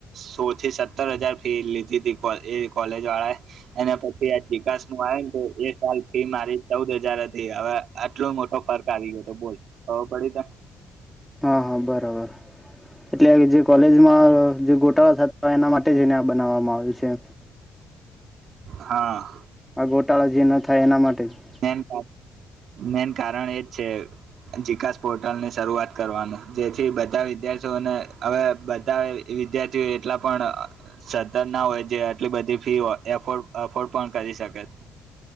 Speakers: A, on the right; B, in the centre.
A: સો થી સત્તર હજાર ફી લીધી ત એ કોલેજ વાળા એ એને પછી આ વિકાસમાં આવે ને તો એ સાલ ફી મારી ચૌદ હજાર હતી હવે આટલો મોટો ફર્ક આવી ગયો હતો બોલ ખબર પડી ત
B: હા હા બરાબર એટલે જે કોલેજમાં જે ગોટાળા થતા હોય એના માટે જને આ બનાવવામાં આવ્યું છે
A: હા
B: આ ગોટાળા જે ના થાય એના માટે જ
A: મેન મેન કારણ એ જ છે જિકાસ પોર્ટલની શરૂઆત કરવાનું જેથી બધા વિદ્યાર્થીઓને હવે બધા વિદ્યાર્થીઓ એટલા પણ સતર ના હોય જે આટલી બધી ફી એફોર્ડ પણ કરી શકે